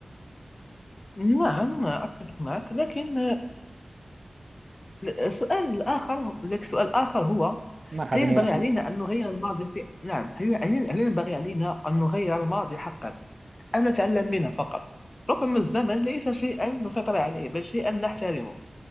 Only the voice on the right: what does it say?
مرحبا
يا أخي